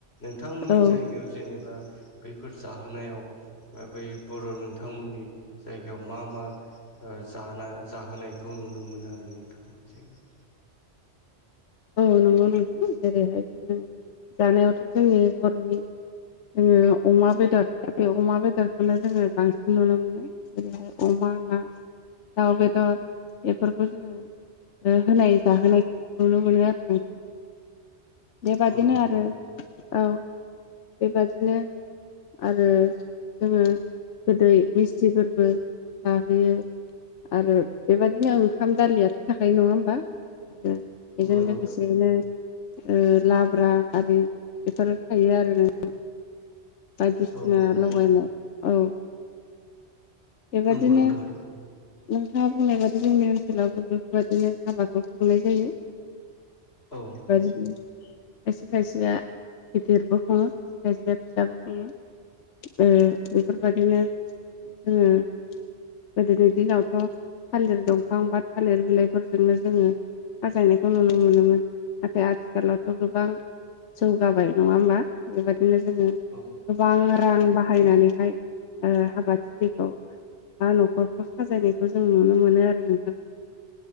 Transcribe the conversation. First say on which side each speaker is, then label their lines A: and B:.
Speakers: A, on the left (about 60°); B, on the left (about 85°).
A: नोंथांमोननि
B: औ
A: जायगायाव जेनेबा बेफोर जाहोनायाव ओ बै बर' नोंथांमोननि जायगायाव मा मा ओ जाना जाहोनायखौ नुनो मोनो आरो नोंथांमोन जायगाव?
B: औ नंगौ नोंथां जेरै'हाय जोङो जानायावथ' जोंनि बर'नि जोङो अमा बेदर बे अमा बेदरखौनो जोङो बांसिन नुनो मोनो। जेरैहाय अमा, ना, दाउ बेदर बेफोरखौ जोङो ओ होनाय जाहोनायखौ नुनो मोनो आरो नोंथां। बेबादिनो
A: औ नंगौ
B: आरो
A: नोंथां थारैनो।
B: औ बेबादिनो आरो जोङो गोदै मिस्थिफोरबो जाहोयो। आरो बेबायदिनो ओंखाम दालियाथ' थाखायो नङा होमबा? ओ बेजों
A: नंगौ
B: लोगोसेनो
A: नोंथां
B: ओ लाब्रा आरि बेफोरो थायो आरो नोंथां। बायदिसिना
A: औ नंगौ
B: लगायनाय
A: नोंथां
B: औ बेबादिनो
A: नंगौ नोंथां
B: नोंथाङा बुंनाय बादि जोंनि ओनसोलावबो बेफोरबायदिनो हाबाखौ खुंनाय जायो।
A: औ।
B: बेदिनो खायसे खायसेया गिदिरबो खुङो खायसे खायसेया फिसाबो खुङो ओ बेफोर बायदिनो जोङो गोदोनि दिनावथ' थालिर दंफां बा थालिर बिलाइफोरजोंनो जोङो साजायनायखौ नुनो मोनोमोन। नाथाय आथिखालावथ' गोबां जौगाबाय नङा होमबा? बेबादिनो जोङो
A: औ
B: गोबां रां बाहायनानैहाय ओ हाबा थिलि औ बा न'खरखौ साजायनायखौ जों नुनो मोनो आरो नोंथां।